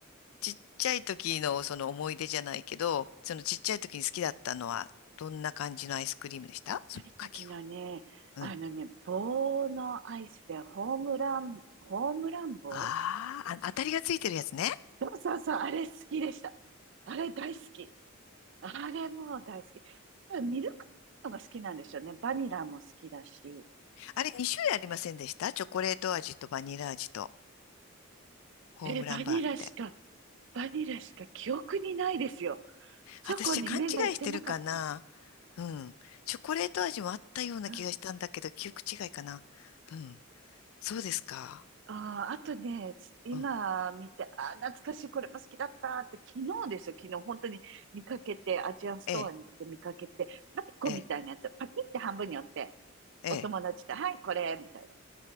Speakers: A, on the left (about 80°); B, on the right (about 55°).
A: ちっちゃい時のその思い出じゃないけど、そのちっちゃい時に好きだったのは、どんな感じのアイスクリームでしたそのかき氷。
B: ちっい時のね、
A: うん。
B: あのね、棒のアイスでホームラン、ホームラン棒
A: あーあ、当たりがついてるやつね。
B: そうそうそう、あれ好きでした。あれ大好き。あれもう大好き。多分ミルクのが好きなんですよね。バニラも好きだし。
A: あれ2種類ありませんでしたチョコレート味とバニラ味とホームランバーって。
B: え、バニラしか、バニラしか記憶にないですよ。チョコに目がいってなかったか
A: 私じゃ勘違いしてるかなうん。チョコレート味もあったような気がしたんだけど、
B: ら。
A: 記憶違いかな。うん。そうですか。
B: ああ、あとね、つ今見て、
A: うん。
B: ああ、懐かしい、これも好きだったって、昨日ですよ、昨日、本当に見かけて、アジアンストアに行って見かけて、
A: ええ、
B: パピコみたいなやつ、
A: ええ、
B: パキって半分に折って、
A: ええ。
B: お友達と、はい、これ、みたいな。